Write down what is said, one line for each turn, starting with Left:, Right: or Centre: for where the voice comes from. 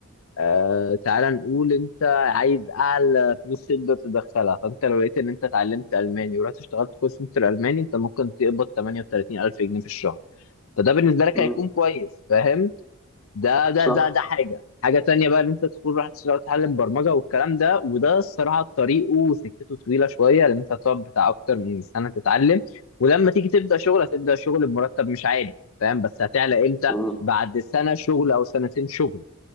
Left: آه تعالى نقول انت عايز اعلى فلوس تقدر تدخلها فانت لو لقيت ان انت اتعلمت الماني ورحت اشتغلت كول سنتر الماني انت ممكن تقبض 38000 جنيه في الشهر فده بالنسبه لك
Centre: امم
Left: هيكون كويس فاهم ده ده
Centre: صح
Left: ده ده حاجه حاجه تانية بقى ان انت تدخل راح تشتغل تتعلم برمجه والكلام ده وده الصراحه طريقه وسكته طويله شويه لان انت هتقعد بتاع اكتر من سنه تتعلم ولما تيجي تبدا شغل هتبدا شغل بمرتب مش عالي فاهم بس هتعلى امتى
Centre: امم
Left: بعد سنه شغل او سنتين شغل